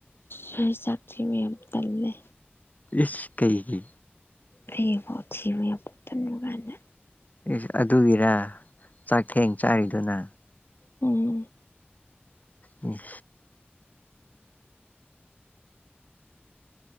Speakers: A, on the left; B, on the left.
A: ꯍ ꯆꯥꯛꯁꯤꯦ ꯃꯌꯥꯝ ꯇꯜꯂꯦ
B: ꯏꯁ ꯀꯩꯒꯤ
A: ꯑꯩꯕꯨ ꯑꯊꯤꯕ ꯌꯥꯝꯄꯣꯛꯊꯟꯕ ꯀꯥꯏꯅ
B: ꯏꯁ ꯑꯗꯨꯒꯤꯔ ꯆꯥꯛꯊꯦꯡ ꯆꯥꯔꯤꯗꯨꯅ
A: ꯎꯝ
B: ꯎꯝ